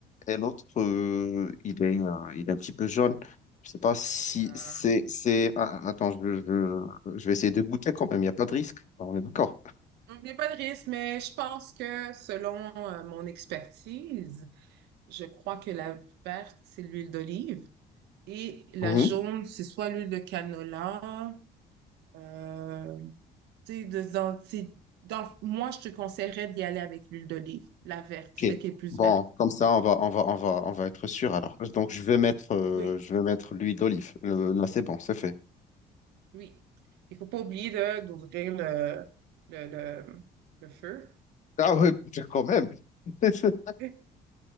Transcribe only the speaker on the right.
Euh,
Il n'y a pas de risque, mais je pense que selon euh, mon expertise, je crois que la verte, c'est l'huile d'olive et la
jaune, c'est soit l'huile de canola. Euh, tu sais, de- dans, c'est- dans- moi, je te conseillerais d'y aller avec l'huile d'olive, la verte, celle
qui est plus
verte.
Oui.
Oui. Il faut pas oublier de- d'ouvrir le, le, le, le feu.
<laughs>